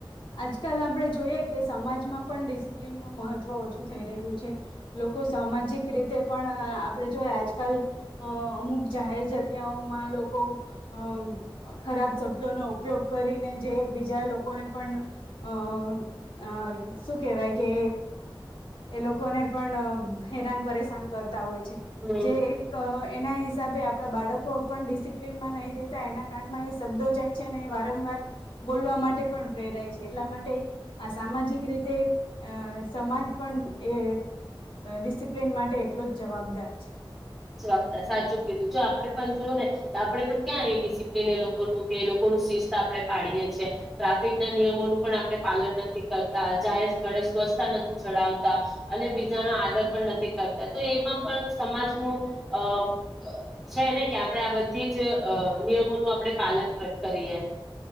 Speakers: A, on the left; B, in the centre.
A: આજકાલ આપણે જોઈએ કે, સમાજમાં પણ ડિસિપ્લિનનું મહત્ત્વ ઓછું થઈ રહ્યું છે. લોકો સામાજિક રીત પણ આપણે જોએ આજકાલ અમુક જાહેર જગ્યાઓમાં લોકો અ ખરાબ શબ્દોનો ઉપયોગ કરીને જે બીજા લોકો લોકોને પણ અ અ શું કહેવાય કે એ લોકોને પણ હેરાન પરેશાન કરતા હોય છે.
B: હમ
A: જે એક એના હિસાબે આપણા બાળકો પણ ડિસિપ્લિનમાં નહીં રહેતા. એના કાનમાં એ શબ્દો જાય છે અને એ વારંવાર બોલવા માટે પણ પ્રેરાય છે. એટલા માટે આ સામાજિક રીતે અ સમાજ પણ એ ડિસિપ્લિન માટે એટલો જ જવાબદાર છે.
B: જવાબદાર. સાચું કીધું જો આપડે પણ જોયું ને આપડે પણ ક્યાં એ ડિસિપ્લિન એ લોકોનું કે લો શિસ્ત આપણે પાડીએ છે. ટ્રાફિક ના નિયમોનું પણ આપણે પાલન નથી કરતા. જાહેર સ્થળે સ્વચ્છતા નથી ચડાવતા અને બીજાનો આદર પણ નથી કરતા તો એમાં પણ સમાજનું અ છે ને કે આપણે આ બધી જ નિયમોનું આપણે પાલન કરીએ